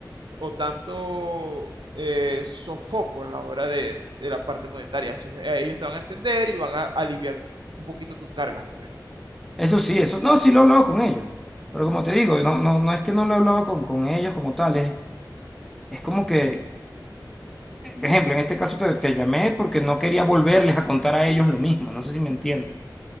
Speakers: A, on the right (about 75°); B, in the centre.
A: o tanto eh, sofoco en la hora de, de la parte monetaria. Eso es, eh, ellos te van a entender y van a aliviar un poquito tus cargas, pues.
B: Eso sí, eso. No, sí lo he hablado con ellos. Pero como te digo, no, no, no es que no lo he hablado con, con ellos como tales. Es como que, por ejemplo, en este caso te, te llamé porque no quería volverles a contar a ellos lo mismo. No sé si me entiendes.